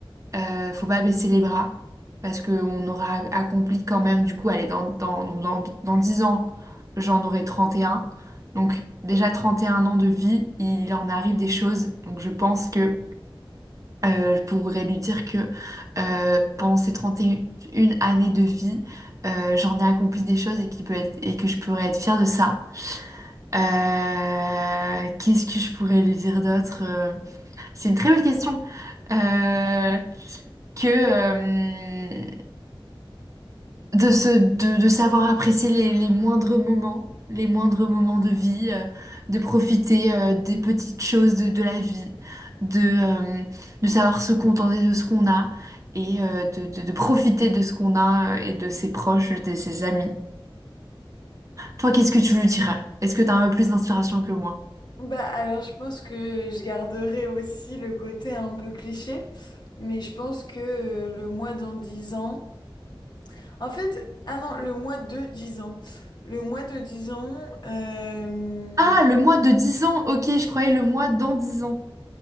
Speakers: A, on the right; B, on the left.
A: euh, faut pas baisser les bras parce qu'on aura accompli quand même, du coup, allez, dans, dans, dans, dans 10 ans, j'en aurai 31. Donc déjà 31 ans de vie, il en arrive des choses. Donc je pense que euh, je pourrais lui dire que euh, pendant ces trente et une années de vie, euh, j'en ai accompli des choses et, qui peut être- et que je pourrais être fière de ça. Euh, qu'est-ce que je pourrais lui dire d'autre? Euh, C'est une très belle question. Euh, que, euh, de, se, de, de savoir apprécier les, les moindres moments, les moindres moments de vie, euh, de profiter euh, des petites choses de, de la vie, de, euh, de savoir se contenter de ce qu'on a et euh, de, de, de profiter de ce qu'on a euh, et de ses proches, de ses amis. Toi, qu'est-ce que tu lui dirais? Est-ce que tu as un peu plus d'inspiration que moi?
B: Bah alors, je pense que je garderai aussi le côté un peu cliché, mais je pense que euh, le mois dans 10 ans, en fait, ah non, le mois de 10 ans. Le mois de 10 ans, euh,
A: Ah, le mois de dix ans, ok, je croyais le mois dans 10 ans.